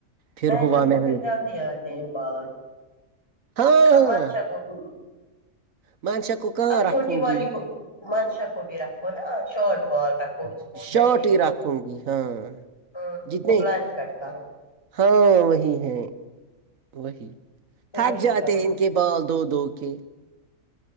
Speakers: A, on the right; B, on the left.
A: پھر
B: میں
A: ہوا
B: نےر کو
A: مہنور
B: پھر جلد ہی آتے بر
A: ہاں
B: امن شب ہ <unintelligible>
A: منس کو کہاں
B: اب
A: رکھوں
B: چھوٹی والی
A: گی
B: کو منشا کو بھی رکھو نا شارٹ بال رکھو اس پ
A: شارٹ
B: جاچیں
A: ہی
B: گے
A: رکھوں گی ہاں
B: ہ
A: جتنے
B: اس کو بلانٹ کاٹکو
A: ہاں وہی ہے وہی
B: تو
A: تھک
B: وہی
A: جاتے
B: کرو
A: ان کے بال دو دو کے